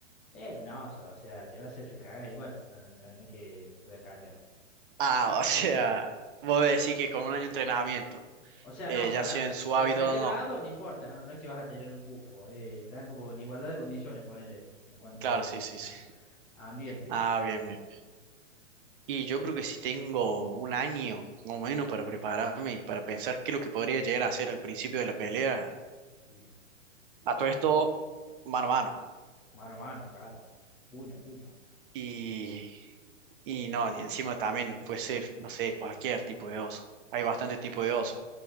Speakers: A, in the centre; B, on the right (about 40°).
A: Eh, un oso, o sea, te va a hacer recaga igual. No, no, no, no es que pueda cambiar.
B: Ah,
A: O,
B: <laughs> o sea,
A: eh,
B: vos decís que con un año de entrenamiento,
A: o sea,
B: eh,
A: no,
B: ya
A: pará.
B: sea en su
A: En
B: hábito
A: cualquier
B: o no.
A: lado, no importa, no, no es que vas a tener un bufo. Eh, están como en igualdad de condiciones, ponele, en cuanto
B: Claro,
A: a,
B: sí, sí,
A: a-
B: sí.
A: a ambiente.
B: Ah, bien, bien. Y yo creo que si tengo un año o menos para prepararme y para pensar qué es lo que podría llegar a hacer al principio de la pelea,
A: Sí.
B: a todo esto, mano a mano.
A: Mano a mano, claro. Puño, a puño.
B: Y, y no, y encima también puede ser, no sé, cualquier tipo de oso. Hay bastante tipo de oso.